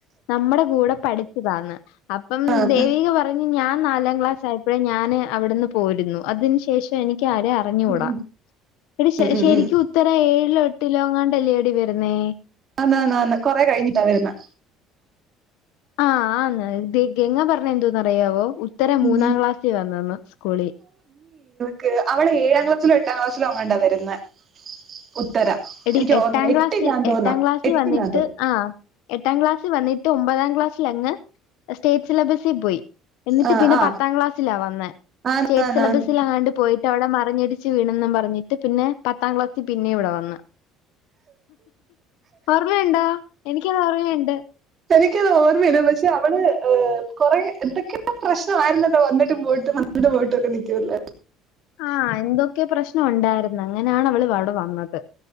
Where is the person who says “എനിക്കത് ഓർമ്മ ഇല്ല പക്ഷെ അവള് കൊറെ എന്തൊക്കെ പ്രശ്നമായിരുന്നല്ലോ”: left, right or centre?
Right